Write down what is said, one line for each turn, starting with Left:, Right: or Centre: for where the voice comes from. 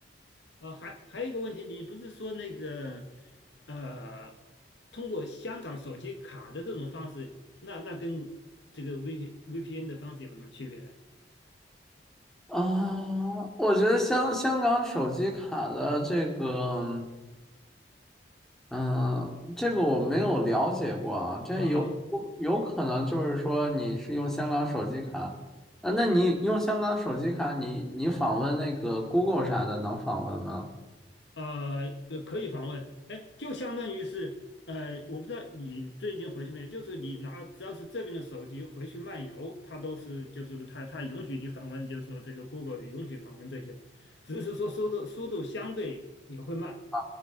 Left: 啊。还还有一个问题，你不是说那个呃，通过香港手机卡的这种方式，那那跟这个 V VPN 的方式有什么区别呢？
Centre: 啊，我觉得香香港手机卡的这个，嗯，这个我没有了解过啊，这有有可能就是说你是用香港手机卡，
Left: 啊
Centre: 啊，那你用香港手机卡你，你访问那个 Google 啥的能访问吗？
Left: 呃，呃可以访问，哎，就相当于是，呃，我不知道你最近回去没有，就是你拿只要是这边的手机回去漫游，它都是就是它它允许你访问，就是说这个 Google 允许访问这些的只是说速度速度相对也会慢，
Centre: 啊